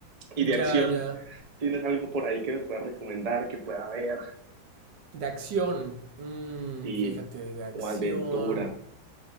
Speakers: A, on the right (about 35°); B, on the right (about 65°).
A: Y
B: Ya,
A: de acción,
B: ya.
A: ¿tienes algo por ahí que me puedas recomendar, que pueda ver?
B: De acción. Mm,
A: Sí,
B: fíjate, de acción.
A: o aventura.